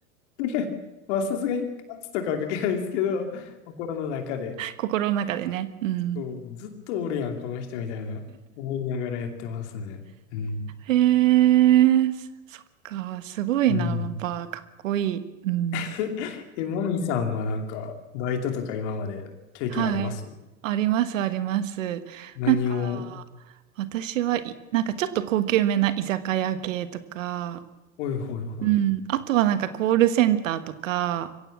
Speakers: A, on the left (about 60°); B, on the right (about 75°).
A: <laughs> まあ、さすがに圧とかはかけないですけど、心の中で、
B: <laughs> 心の中でね。うん。
A: そうずっとおるやん、この人みたいな、思いながらやってますね。うん。
B: へえ、そそっか、すごいな、
A: うん。
B: やっぱかっこいい。うん。
A: <laughs> え、マミさんはなんか、バイトとか今まで経験あります
B: はい。あります、あります。
A: 何を、
B: なんか、私はい、なんかちょっと高級めな居酒屋系とか、
A: ほいほいほい。
B: うん。あとはなんかコールセンターとか、